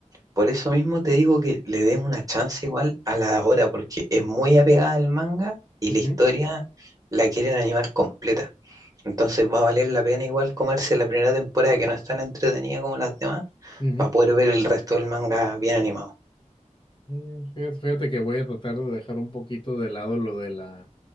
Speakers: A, on the right (about 25°); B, on the left (about 40°).
A: Por eso mismo te digo que le des una chance igual a la de ahora, porque es muy apegada al manga y
B: ujú,
A: la historia la quieren animar completa. Entonces va a valer la pena igual comerse la primera temporada que no es tan entretenida como las demás,
B: ujú.
A: para
B: ujú.
A: poder ver el resto del manga bien animado.
B: Mm, Fíjate, fíjate que voy a tratar de dejar un poquito de lado lo de la,